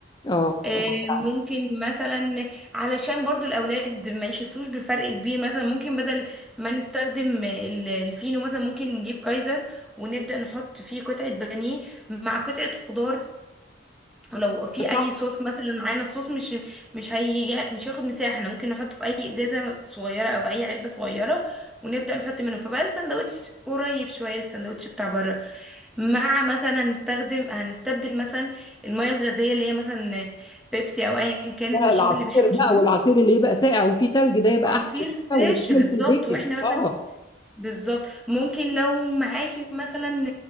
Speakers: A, on the left (about 25°); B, in the centre.
A: اه
B: آه،
A: آه.
B: ممكن مثلا علشان برضو الأولاد ما يحسوش بفرق كبير مثلا ممكن بدل ما نستخدم ال- الفينو مثلا ممكن نجيب كايزر ونبدأ نحط فيه قطعة بانيه مع قطعة خضار ولو في اي
A: صح
B: صوص مثلا معانا الصوص مش مش هيجي مش هياخد مساحه احنا ممكن نحطه في اي ازازه صغيره او اي علبه صغيره ونبدا نحط منه فبقى الساندوتش قريب شويه للساندوتش بتاع بره مع مثلا هنستخدم هنستبدل مثلا الميه الغازيه اللي هي مثلا بيبسي او ايا كان
A: ده
B: المشروب
A: العصير
B: اللي بيحبه
A: بقى
B: شبه
A: والعصير اللي يبقى ساقع وفيه تلج ده يبقى
B: عصير
A: احسن
B: فريش
A: حاجه ويتعمل
B: بالظبط
A: في البيت
B: واحنا مثلا
A: اه
B: بالظبط ممكن لو معاكي مثلا